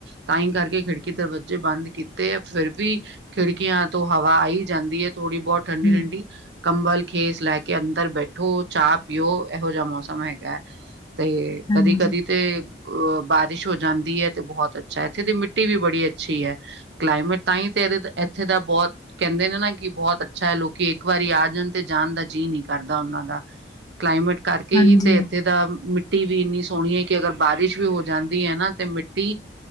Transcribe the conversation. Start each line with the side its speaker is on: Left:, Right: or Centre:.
Right: ਤਾਂ ਈ ਕਰਕੇ ਖਿੜਕੀ ਦਰਵਜ ਜੇ ਬੰਦ ਕੀਤੇ ਐ, ਫੇਰ ਵੀ ਖਿੜਕੀਆਂ ਤੋਂ ਹਵਾ ਆਈ ਜਾਂਦੀ ਏ ਥੋੜੀ ਬੋਤ ਠੰਡੀ-ਠੰਡੀ
Left: ਹਮ
Right: ਕੰਬਲ ਖੇਸ ਲੈ ਕੇ ਅੰਦਰ ਬੈਠੋ, ਚਾਹ ਪੀਓ। ਇਹੋ ਜਹਾ ਮੌਸਮ ਹੈਗਾ। ਤੇ
Left: ਹਾਂਜੀ
Right: ਕਦੀ-ਕਦੀ ਤੇ ਅ ਬਾਰਿਸ਼ ਹੋ ਜਾਂਦੀ ਐ ਤੇ ਬਹੁਤ ਅੱਛਾ, ਇੱਥੇ ਦੀ ਮਿੱਟੀ ਵੀ ਬੜੀ ਅੱਛੀ ਐ ਕਲਾਈਮੇਟ ਤਾਂਈ ਤੇ ਇਹਦੇ ਇੱਥੇ ਦਾ ਬਹੁਤ ਕਹਿੰਦੇ ਨੇਂ ਨਾਂ ਕਿ ਬਹੁਤ ਅੱਛਾ ਐ, ਲੋਕੀ ਇੱਕ ਵਾਰੀ ਆ ਜਾਣ ਤੇ ਜਾਣ ਦਾ ਜੀਅ ਨਹੀਂ ਕਰਦਾ ਉਹਨਾਂ ਦਾ। ਕਲਾਈਮੇਟ ਕਰਕੇ
Left: ਹਾਂਜੀ
Right: ਹੀ ਤੇ ਇੱਥੇ ਦਾ ਮਿੱਟ ਮਿੱਟੀ ਵੀ ਇੰਨੀ ਸੋਹਣੀ ਐ ਕਿ ਅਗਰ ਬਾਰਿਸ਼ ਵੀ ਹੋ ਜਾਂਦੀ ਐ ਨਾਂ ਤੇ ਮਿੱਟੀ